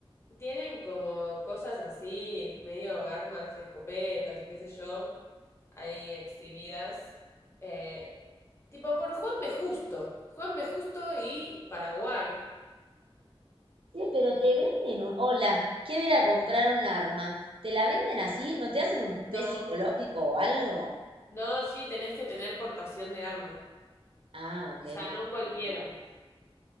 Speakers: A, on the left (about 25°); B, on the right (about 60°).
A: tienen como cosas así, medio armas, escopetas y qué sé yo, ahí exhibidas. Eh, tipo por Juan B. Justo. Juan B. Justo y Paraguay.
B: Sí, pero te venden un... Hola, quiero ir a comprar un arma. ¿Te la venden así? ¿No te hacen un
A: No,
B: test psicológico o algo?
A: no, sí, tenés que tener portación de arma.
B: Ah, ok,
A: sea, no a cualquiera.